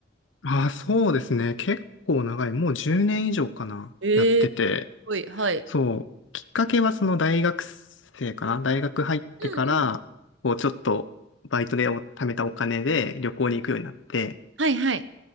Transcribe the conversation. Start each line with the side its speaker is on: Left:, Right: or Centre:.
Left: ああ、そうですね。結構長い。もう10年以上かな。
Right: ええー、
Left: やってて。
Right: すごい。はい。
Left: そう。きっかけはその大学生かな。大学入ってから、
Right: うんうん。
Left: こうちょっとバイトでお貯めたお金で旅行に行くようになって、
Right: はいはい。